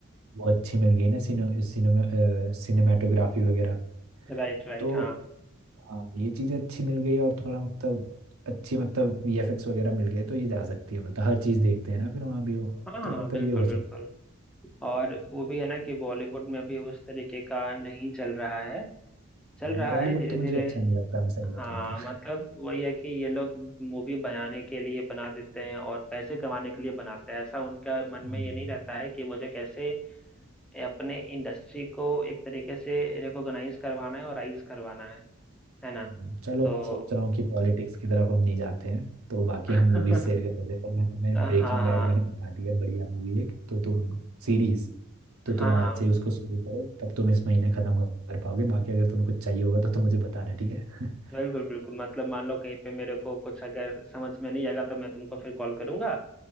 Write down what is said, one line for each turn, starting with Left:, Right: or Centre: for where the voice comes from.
Right: वो अच्छी मिल गई ना सिनो, सिनेमा सिनेमेटोग्राफी वगैरह
Centre: Right right
Right: तो
Centre: हाँ
Right: हाँ ये चीज़ें अच्छी मिल गई और थोड़ा मतलब अच्छी मतलब वीएफएक्स वगैरह मिल गए तो ये जा सकती है मतलब हर चीज़ देखते हैं ना फिर वहाँ भी हो
Centre: हाँ हाँ
Right: तो मतलब
Centre: बिल्कुल
Right: ये हो सकता
Centre: बिल्कुल और वो भी है ना कि बॉलीवुड में अभी उस तरीके का नहीं चल रहा है चल रहा
Right: है बॉलीवुड
Centre: है धीरे
Right: तो मुझे
Centre: धीरे
Right: अच्छा नहीं लगता मैं सही
Centre: हाँ
Right: बताऊँ तो
Centre: मतलब वही है कि ये लोग मूवी बनाने के लिए बना देते हैं और पैसे कमाने के लिए बनाते हैं ऐसा उनका मन में
Right: हम्म।
Centre: ये नहीं रहता है कि मुझे कैसे अपने इंडस्ट्री को एक तरीके से रिकॉग्नाइज करवाना है और राइज करवाना है है ना
Right: हम्म, चलो
Centre: तो
Right: मैं सोच रहा हूँ कि पॉलिटिक्स की तरफ हम नहीं जाते हैं तो बाकी
Centre: <laughs>
Right: हम मूवी शेयर कर रहे थे तो मैं तुम्हें
Centre: हाँ
Right: ब्रेकिंग
Centre: हाँ
Right: बैड मैंने बता दिया बढ़िया मूवी एक तो तुम सीरीज तो तुम
Centre: हाँ
Right: आज
Centre: हाँ
Right: से उसको शुरू करो तब तुम इस महीने खत्म कर पाओगे बाकी अगर तुम्हें कुछ चाहिए होगा तो तुम मुझे बताना ठीक है <laughs>
Centre: बिल्कुल बिल्कुल मतलब मान लो कहीं पे मेरे को कुछ अगर समझ में नहीं आएगा तो मैं तुमको फिर कॉल करूंगा